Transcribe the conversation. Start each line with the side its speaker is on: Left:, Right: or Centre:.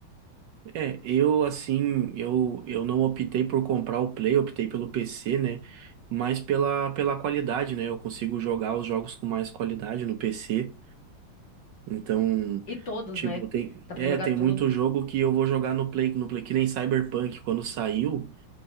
Right: É, eu assim, eu, eu não optei por comprar o Play, optei pelo PC, né? Mas pela, pela qualidade, né? Eu consigo jogar os jogos com mais qualidade no PC. Então,
Left: E todos,
Right: tipo,
Left: né?
Right: tem,
Left: Dá pra
Right: é,
Left: jogar
Right: tem
Left: tudo.
Right: muito jogo que eu vou jogar no Play, no Play, que nem Cyberpunk, quando saiu,